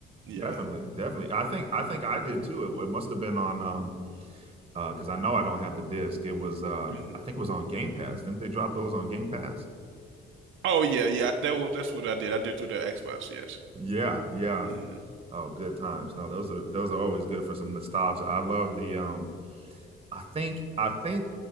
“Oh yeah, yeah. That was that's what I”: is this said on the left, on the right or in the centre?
Right